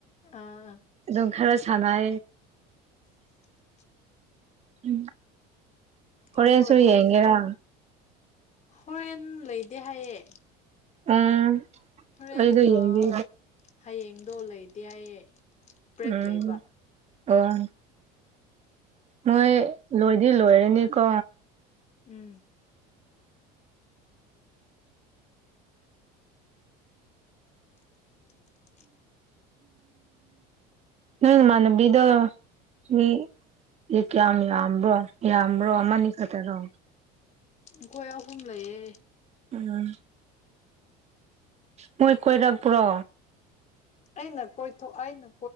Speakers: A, on the left (about 35°); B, on the right (about 35°).
A: ꯑꯥ
B: ꯗꯣꯡ ꯈꯔꯥ ꯁꯥꯏ
A: <unintelligible>
B: ꯎꯝ ꯍꯣꯔꯦꯟꯁꯨ
A: ꯑꯩꯈꯣꯏ ꯑꯩꯈꯣꯏ
B: ꯌꯦꯡꯒꯦꯔ
A: ꯍꯣꯔꯦꯟ ꯂꯩꯗꯦ ꯍꯥꯏꯌꯦ
B: ꯎꯝ
A: ꯍꯣꯔꯦꯟꯒ
B: ꯑꯩꯗ ꯌꯦꯡꯕꯤ
A: ꯍꯌꯦꯡꯗꯣ ꯂꯩꯇꯦ ꯍꯥꯏꯌꯦ ꯕ꯭ꯔꯦꯛ
B: ꯎꯝ
A: ꯂꯩꯕ
B: ꯑꯣ ꯃꯣꯏ ꯂꯣꯏꯗꯤ ꯂꯣꯏꯔꯅꯤꯀꯣ
A: ꯎꯝ <inaudible>
B: ꯅꯪ ꯅꯃꯥꯅꯕꯤꯗꯣ ꯃꯤ ꯑꯦ ꯀꯌꯥꯝ ꯌꯥꯝꯕ꯭ꯔꯣ ꯌꯥꯝꯕ꯭ꯔꯣ ꯑꯃꯅꯤ ꯈꯛꯇꯔꯣ
A: ꯑꯣꯈꯣꯏꯌꯥ ꯍꯨꯝꯂꯌꯦ
B: ꯎꯝ ꯃꯣꯏ ꯀꯣꯏꯔꯥꯛꯄ꯭ꯔꯣ
A: ꯑꯩꯅ ꯀꯣꯏꯊꯣꯛ ꯑꯩꯅ